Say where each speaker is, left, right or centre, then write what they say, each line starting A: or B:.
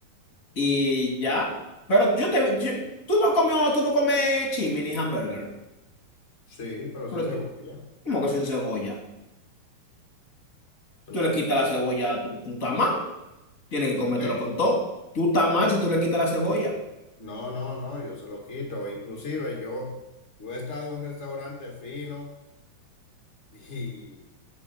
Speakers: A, on the left (about 25°); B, on the left (about 45°).
A: Y ya, pero yo te, yo- tú no comió, tú no comes chimini hamburger,
B: Sí, pero
A: pero
B: sí cebolla,
A: t- ¿cómo que sin cebolla?
B: claro.
A: Tú le quitas la cebolla, tú, tú estás mal, tienes que comértelo
B: qué?
A: con todo. Tú estás mal si tú le quitas la cebolla.
B: No, no, no, yo se lo quito. Inclusive yo, yo he estado en restaurantes finos <laughs> y